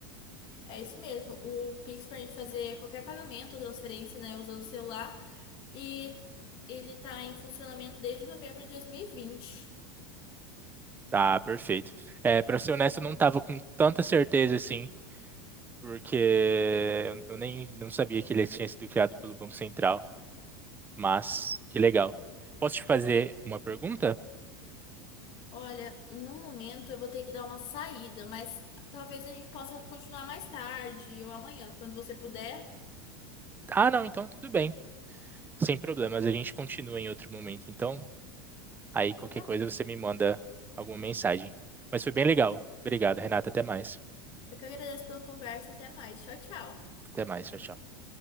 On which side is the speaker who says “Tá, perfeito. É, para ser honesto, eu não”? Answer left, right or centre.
Right